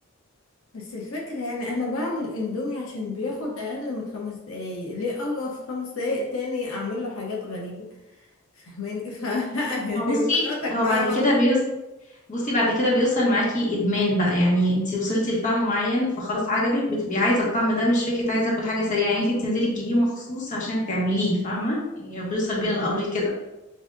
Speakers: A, on the left; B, on the left.
A: بس الفكرة يعني أنا بعمل اندومي عشان بياخد أقل من خمس دقايق ليه أوقف خمس دقايق تاني أعمل له حاجات غريبة فهماني <laughs> فلا يعني
B: ما هو بصي
A: انت وقتك
B: هو
A: معايا
B: بعد
A: خالص
B: كده بيوصل بصي بعد كده بيوصل معاكي ادمان بقى يعني انت وصلتي لطعم معين فخلاص عجبك بتبقي عايزه الطعم ده مش فكره عايزه اكل حاجه سريعه يعني انت بتنزلي تجيبيه مخصوص عشان تعمليه فاهمه يعني هو بيوصل بينا
A: مم.
B: الامر كده